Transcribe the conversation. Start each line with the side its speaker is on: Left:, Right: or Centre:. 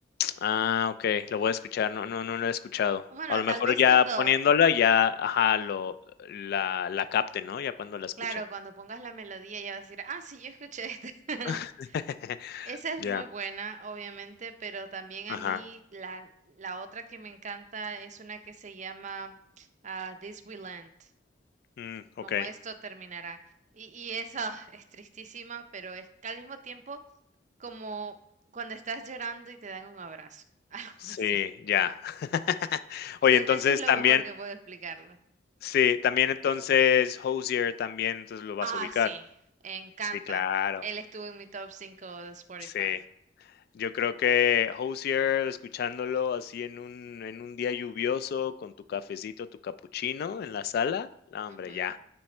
Left: Ah, okey, lo voy a escuchar. No no no lo he escuchado.
Right: Bueno,
Left: A lo
Right: tal
Left: mejor
Right: vez
Left: ya
Right: cuando,
Left: poniéndola ya ajá, lo la la capte, ¿no? Ya cuando la escuche.
Right: claro, cuando pongas la melodía ya vas a decir, ah, sí, yo escuché esta. <laughs>
Left: <laughs>
Right: Esa es
Left: Ya,
Right: muy buena, obviamente, pero también
Left: ajá.
Right: a mí la, la otra que me encanta es una que se llama ah, This We Land.
Left: Mm, okey.
Right: como esto terminará. Y, y eso ah, es tristísima, pero es que al mismo tiempo como cuando estás llorando y te dan un abrazo, <laughs> algo
Left: Sí,
Right: así.
Left: ya. <laughs> Oye,
Right: No, eso
Left: entonces
Right: es lo
Left: también
Right: mejor que puedo explicarlo.
Left: Sí, también entonces Hozier también, entonces lo vas
Right: Ah,
Left: a ubicar.
Right: sí, encanta.
Left: Sí, claro.
Right: Él estuvo en mi top 5 de Spotify.
Left: Sí. Yo creo que Hozier, escuchándolo así en un en un día lluvioso, con tu cafecito, tu capuchino en la sala, no,
Right: Ujú.
Left: hombre, ya,